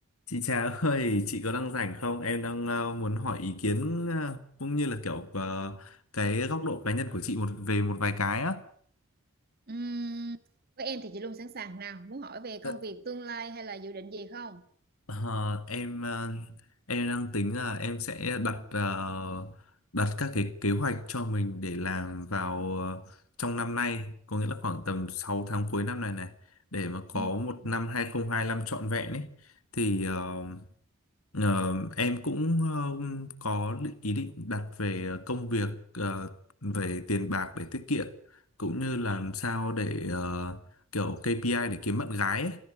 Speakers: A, on the left; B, on the right.
A: Chị Trà ơi, chị có đang rảnh không? Em đang ờ, muốn hỏi ý kiến ờ, cũng như là kiểu ờ, cái góc độ cá nhân của chị một về một vài cái á.
B: Ừm, với em thì chị luôn sẵn sàng nào muốn hỏi về công
A: Ờ,
B: việc tương lai hay là dự định gì không?
A: ờ, em ờ, em đang tính là em sẽ đặt ờ, đặt các cái kế hoạch cho mình để làm vào ờ, trong năm nay, có nghĩa là khoảng tầm 6 tháng cuối năm này này để mà có
B: Ừm.
A: một năm hai không hai lăm trọn vẹn ấy. Thì ờ, Ờ, em cũng ờ, có định- ý định đặt về công việc ờ, về tiền bạc để tiết kiệm cũng như làm sao để ờ, kiểu KPI để kiếm bạn gái ấy.